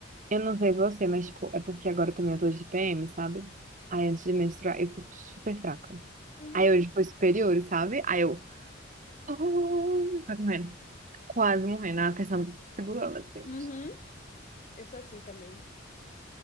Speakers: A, on the right; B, on the left.
A: Eu não sei você, mas tipo, é porque agora também eu tô de PM, sabe? Aí antes de menstruar, eu fico super fraca.
B: Uhum.
A: Aí hoje foi superior, sabe? Aí eu. <laughs> Ai, Quase morrendo. Quase morrendo. A pessoa me segurando assim.
B: Uhum. Eu sou assim também.